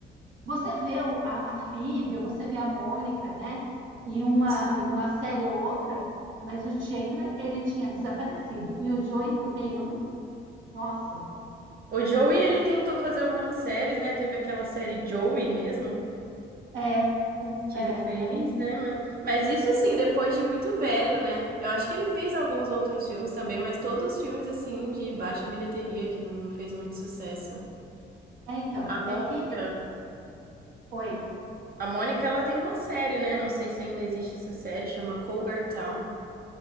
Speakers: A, on the right; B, on the right.
A: Você vê o- a, a Phoebe, ou você vê a Mônica, né? Em uma,
B: Sim.
A: em uma série ou outra, mas o Chandler, ele tinha desaparecido. E o Joey também. Eu não... Nossa.
B: O Joey, ele tentou fazer algumas séries, né? Teve aquela série Joey mesmo,
A: É, com-
B: que
A: é,
B: ele fez,
A: mas.
B: né? Mas, mas isso, assim, depois de muito velho, né? Eu acho que ele fez alguns outros filmes também, mas todos os filmes, assim, de baixa bilheteria, que não, não fez muito sucesso.
A: É, então,
B: A Mônica.
A: é que Foi.
B: A Mônica, ela tem uma série, né? Não sei se ainda existe essa série, chama Cougar Town.